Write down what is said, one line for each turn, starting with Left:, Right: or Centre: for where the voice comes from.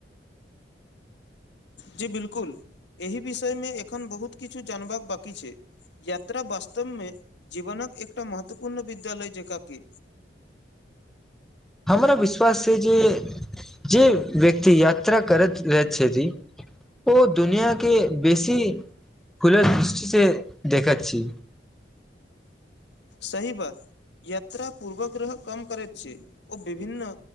Left: जी बिल्कुल एहि विषयमे एखन बहुत किछु जानबाक बाकी छै यात्रा वास्तव मे जीवनक एकटा महत्वपूर्ण विद्यालय जकाँ के
Centre: <inaudible> हमरा विश्वास छै जे जे व्यक्ति यात्रा करैत रहैत छथि ओ दुनिआके बेसी खुला दृष्टि से देखा छी
Left: सही बात यात्रा पूर्वग्रह कम करैत छै ओ विभिन्न